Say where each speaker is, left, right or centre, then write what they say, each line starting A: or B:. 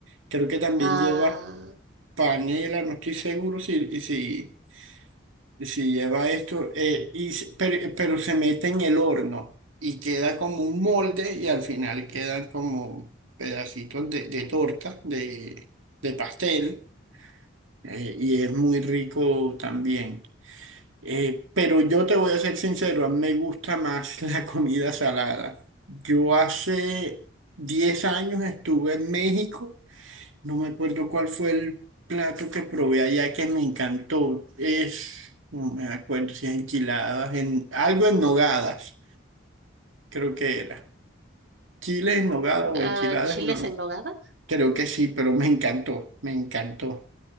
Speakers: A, on the right; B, on the right.
A: creo que también
B: Ah,
A: lleva panela, no estoy seguro si, y si, y si lleva esto, eh, y, se- pero, pero se mete en el horno y queda como un molde y al final quedan como pedacitos de, de torta, de, de pastel, eh, y es muy rico también. Eh, pero yo te voy a ser sincero, a mí me gusta más <laughs> la comida salada. Yo hace 10 años estuve en México, no me acuerdo cuál fue el plato que probé allá que me encantó. Es, no me acuerdo si es enchiladas, en, algo en nogadas, creo que era. Chile en nogada o
B: ah,
A: enchiladas,
B: ¿chiles
A: no,
B: en nogada?
A: creo que sí, pero me encantó, me encantó.